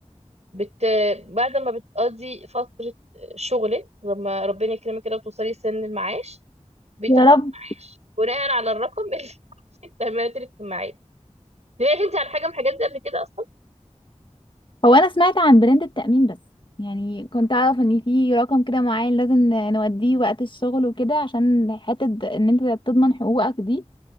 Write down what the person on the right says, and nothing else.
بت بعد ما بتقضي فترة شغلك لما ربنا يكرمك كده وتوصلي سن المعاش بتاخدي
معاش بناء على الرقم اللي <laughs> في التأمينات الاجتماعية سمعتي انت عن حاجة من الحاجات دي قبل كده اصلا؟